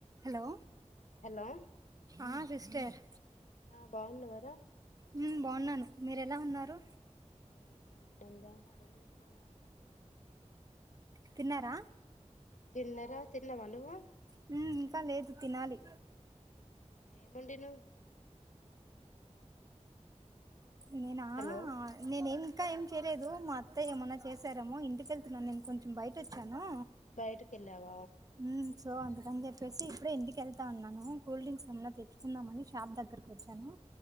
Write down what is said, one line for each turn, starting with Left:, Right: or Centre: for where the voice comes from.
Right: Hello
Left: hello
Right: ఆ sister
Left: అ బావున్నర
Right: హ్మ్ బాన్నాను మీరు ఎలా ఉన్నారు
Left: ఆ బావున్నారా ఏం చేస్తున్నావ్
Right: తిన్నార
Left: తిన్నరా తిన్నావా నువ్వు
Right: హ్మ్ ఇంకా లేదు తినాలి
Left: ఏమొండినువ్
Right: నేనా
Left: హలో
Right: ఆ నేనుమి ఇంకా ఏం చేయలేదు మా అత్తయ్య ఏమన్నా చేశారేమో ఇంటికెళ్తున్నాను నేను కొంచెం బయటోచ్చాను
Left: బైటకెళ్ళవ
Right: హ్మ్ సో అందుకని చెప్పేసి ఇప్పుడే ఇంటికెళ్త ఉన్నాను కూల్ డ్రింక్స్ ఏమైన్నా తెచ్చుకుందామని షాప్ దగ్గర కొచ్చాను